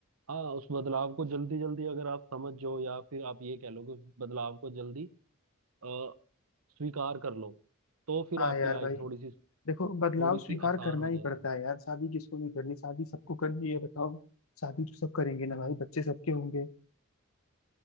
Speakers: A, on the right; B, on the left.
A: हाँ उस बदलाव को जल्दी जल्दी अगर आप समझ जाओ या फिर आप ये कह लो कि उस बदलाव को जल्दी अ, स्वीकार कर लो तो फिर
B: हाँ
A: आपकी
B: यार
A: लाइफ
B: भाई
A: थोड़ी सी
B: देखो बदलाव
A: थोड़ी
B: स्वीकार
A: सी आसान
B: करना
A: हो
B: ही
A: जाएगी
B: पड़ता है यार शादी किसको नहीं करनी शादी सबको करनी है बताओ शादी तो सब करेंगे ना भाई बच्चे सबके होंगे